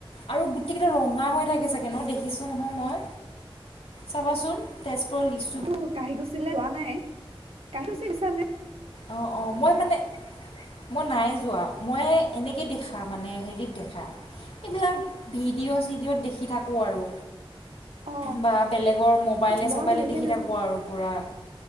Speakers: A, on the left (about 85°); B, on the right (about 80°).
A: আৰু গোটেইকেইটা ৰঙা হৈ থাকে চাগে ন দেখিছোঁ নহয় মই চাবাচোন তেজপুৰ লিচ
B: অহ কাঢ়ি গুছি <unintelligible> লে যোৱা নাই কি গুছা ন
A: অ অ মই মানে মই নাই যোৱা মই এনেকে দেখা মানে হেৰিত দেখা এইবিলাক ভিডিঅ' চিডিঅ'ত দেখি থাকোঁ আৰু
B: অ
A: বা বেলেগৰ মোবাইলে
B: মই
A: চবাইলে
B: ভালকে
A: দেখি থাকোঁ আৰু পূৰা